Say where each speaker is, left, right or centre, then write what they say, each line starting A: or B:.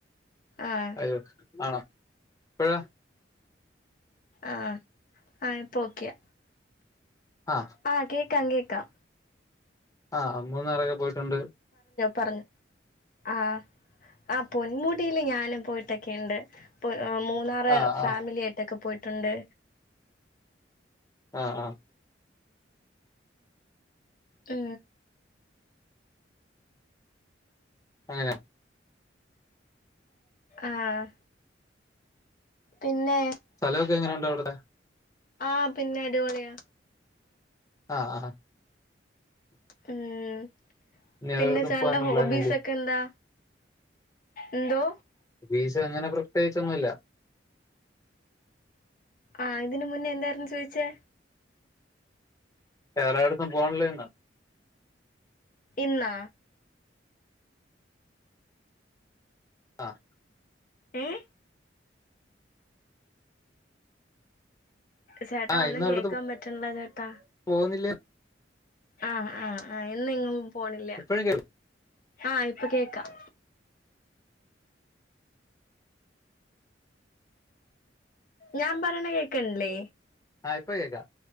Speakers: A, on the left (about 45°); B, on the left (about 20°).
A: ആഹ്
B: അയോ ആണോ എപ്പോഴാ
A: ആഹ ആഹ ഇപ്പൊ ഓക്കെയ
B: ആ
A: ആഹ് കേക്കാം കേക്കാം
B: ആഹ മൂന്നറ്‌രൊക്കെ പോയിട്ടുണ്ട്
A: പറഞ്ഞു ആ ആ പൊന്മുടിൽ ഞാനും പോയിട്ടൊക്കെുണ്ട് പോ ആാാ മൂന്നാറ്
B: ആ
A: ഫാമിലിായിട്ടൊക്കെ
B: ആ
A: പോയിട്ടുണ്ട്
B: ആഹ ആഹ്
A: ഉം
B: അങ്ങനാ
A: ആഹ പിന്നെ
B: സ്ഥലൊക്കെ എങ്ങനെയുണ്ട അവിടെ
A: ആഹ പിന്നെ അടിപൊളിയാ
B: ആഹ ആ
A: ഉം
B: ഇനി
A: പിന്നെ
B: ഒരിടത്തും
A: ചേട്ടന്റെ
B: പോകാനൊന്നും
A: ഹോബീസ്
B: പ്ലാനില്ലേ
A: ഒക്കെ എന്താ എന്തോ
B: മിശ അങ്ങനെ പ്രത്യേകിച്ചൊന്നുല്ല
A: ആഹ് ഇതിനന് മുന്നേ എന്തായിരുന്നു ചോദിച്ചേ
B: വേറടെത്തും പോണില്ലേന്
A: ഇന്ന്
B: ആഹ്
A: ഉം ചേട്ടാ
B: ആ
A: ഒന്നും
B: ഇന്നൊരിടത്ത്
A: കേക്കാൻ പറ്റണില്ല ചേട്ടാ
B: പോകുന്നില്ലേ
A: ആഹ് ആഹ് ആഹ് ഇന് എങ്ങും പോണില്ല
B: ഇപ്പോഴും കേൾ
A: ആഹ് ഇപ്പൊ കേക്കാം ഞാൻ പറണ കേക്കണില്ലേ
B: ആയ്പ്പോ കേക്ക